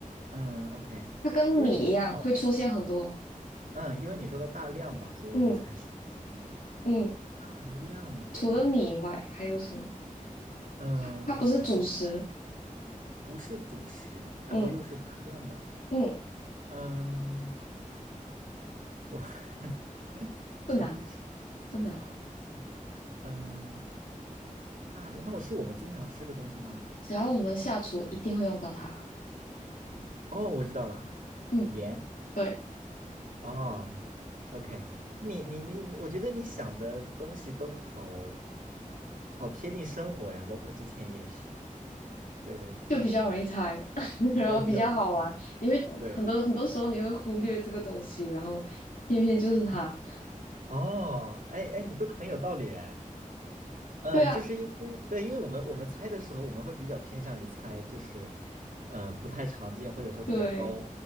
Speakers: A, on the right; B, on the left.
A: 嗯，OK，
B: 它跟米一样会出现很多，
A: 因为你说到，嗯，因为你说到大量嘛，所以我就猜是米。
B: 嗯嗯，
A: 大量的，
B: 除了米以外还有什么？
A: 嗯，
B: 它它不是主食，
A: 我想一想，不是主食，然后又是大量的，
B: 嗯嗯，
A: 嗯，我 <laughs>
B: 不难
A: 是主食，想想啊，
B: 不难，
A: 嗯，大量，那我是我们经常吃的东西吗？
B: 只要我们下厨一定会用到它，
A: 一定，哦，我知道了，
B: 嗯，
A: 盐。
B: 对，
A: 哦，OK，你你你你，我觉得你想的东西都好好贴近生活呀，包括之前也是，对对对，
B: 就比较容易猜，<laughs> 然后比较好玩，
A: 所以比较容易猜。
B: 因为很多很多时候你会忽略这个东西，
A: 对，
B: 然后偏偏就是它，
A: 哦，哎哎，你说的很有道理哎，嗯，
B: 对啊，
A: 就是因为对，因为我们我们猜的时候，我们会比较偏向于猜，就是嗯、呃不太常见或者说比较高，
B: 对